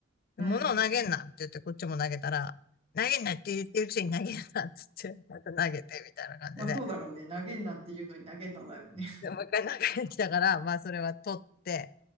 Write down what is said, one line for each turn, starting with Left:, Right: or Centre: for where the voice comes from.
Right: うん。
Left: 物を投げんなって言ってこっちも投げたら、投げんなって言ってるくせに投げんなっつって、また投げてみたいな感じで、
Right: まあそうだろうね。投げんなっていうのに投げんなだよね。
Left: でもう一回中に来たから、まあそれは取って